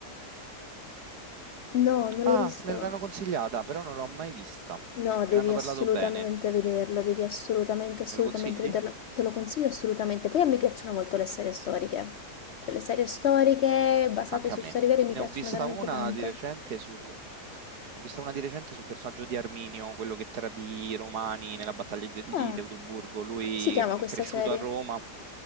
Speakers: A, on the left; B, on the right.
A: No, non
B: Ah,
A: l'hai visto?
B: me l'hanno consigliata, però non l'ho mai vista.
A: No, devi
B: Me l'hanno
A: assolutamente
B: parlato bene.
A: vederlo, devi assolutamente, assolutamente
B: Me lo consigli?
A: vederlo. Te lo consiglio assolutamente. Poi a me piacciono molto le serie storiche. Cioè, le serie storiche basate
B: Anche
A: su
B: a me.
A: storie vere mi
B: Ne
A: piacciono
B: ho vista
A: veramente
B: una
A: tanto.
B: di recente su... Ho vista una di recente sul personaggio di Arminio, quello che tradì i Romani nella battaglia di,
A: Ah,
B: di Teutoburgo. Lui
A: Come si chiama
B: mh,
A: questa
B: cresciuto
A: serie?
B: a Roma